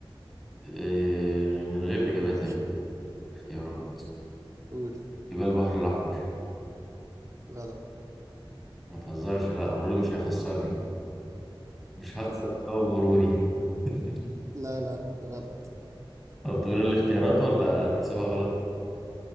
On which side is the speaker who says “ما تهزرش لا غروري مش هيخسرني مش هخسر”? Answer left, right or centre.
Centre